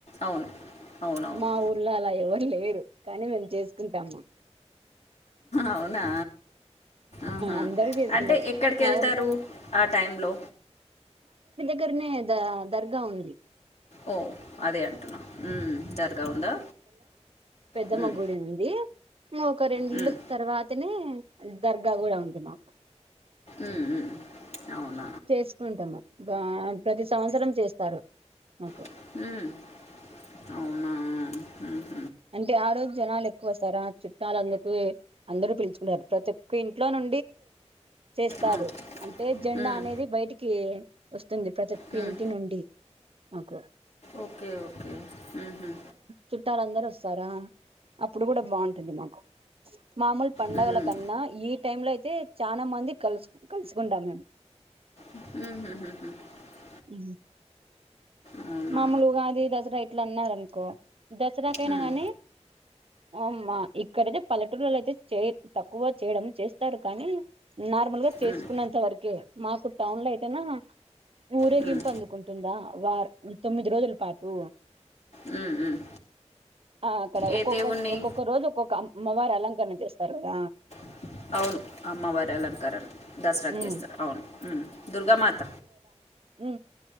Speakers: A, on the left; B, on the right.
A: అవును అవునవును
B: మా ఊర్లో అలా ఎవర్ లేరు కానీ మేము చేసుకుంటాము.
A: అవునా. ఆహా!
B: అందరూ చేసుకుంటారు
A: అంటే ఎక్కడికెళ్తారు
B: మా ఊర్ల
A: ఆ టైంలో
B: దగ్గరనే ద దర్గా ఉంది.
A: ఓ అదే అంటున్నా ఉమ్ దర్గా ఉందా.
B: పెద్దమ
A: హ్మ్.
B: గుడి ఉంది. ఒక రెండిళ్ళు
A: హ్మ్.
B: తర్వాతనే దర్గా కూడా ఉంది మాకు.
A: ఉమ్ అవున <inaudible>
B: చేసుకుంటాము ప్రతి సంవత్సరం చేస్తారు మాకు
A: అవున
B: అంటే ఆ రోజు జనాలు ఎక్కువ వస్తార ఆ చుట్టాలు అందుకు అందరుూ పిలుచుకుంటారు ప్రతి ఒక్క ఇంట్లో ను చేస్తారు
A: ఆ!
B: అంటే జం
A: హ్మ్.
B: అనేది బయటికి వ <unintelligible> ప్రతి ఒక్క
A: హ్మ్.
B: ఇంటి నుండి మకు.
A: ఓకే ఓకే ఉహు
B: చుట్టాలందరూ వస్తారా అప్పుడు కూడ బాగుంటుంది మాకు మామూలు పడుగల
A: హ్మ్.
B: కన్న టైమ్ లో అయితే చాల మంది కలుసు కలుసుకుంటాం మేము.
A: <inaudible>
B: ఉ
A: అవునా?
B: మామూలుగా అది దసరా ఇట్ల అన్నారు అనుకో దసరాకైనా
A: హ్మ్.
B: గానీ అమా ఇక్కడయితే పల్లెటూరులో అయితే చే తక్కువ చేయడం చేస్తారు కానీ న. ల్ గా
A: హ్మ్.
B: చేసుకున్నంత వరక మాకు టౌన్ లో అయితేన ఊరేగింపు
A: హ్మ్.
B: అందుకుంటుందా వ తొమ్మిది రోజుల పాటు.
A: హ్మ్. హ్మ్.
B: ఆ అక్కడ
A: ఏ
B: ఒక్కొక్క
A: దేవుణ్ణి?
B: ఒక్కొక్క రోజు ఒక్కొక్క అమ్మవ అలంకరణ చేస్తారు కద
A: <inaudible> అవును అమ్మవారి అలంకారన కి దసరా
B: ఉమ్
A: చేస్తారు అవును దుర్గామాత
B: ఉ